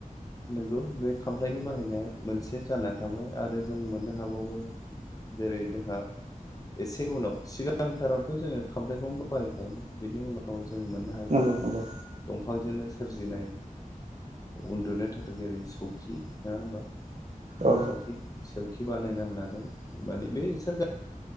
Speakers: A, on the left; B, on the right.
A: नोंगौ बे खामफ्लायनि बाहायनाया मोनसे जानानै थांबाय आरो जों मोननो हाबावो जेरै जोंहा एसे उनाव सिगांथारावथ' जोङो खाम्लायखौमबो बाहायखायोमोन बिनि उनाव जों मोननो हायो
B: नंगौ नंगौ
A: दंफांजोंनो सोरजिनाय उन्दुनो थाखाय जेरै सौखि नङा होनबा
B: औ
A: सौखि सौ खि बानायनानै लादों माने बे सोर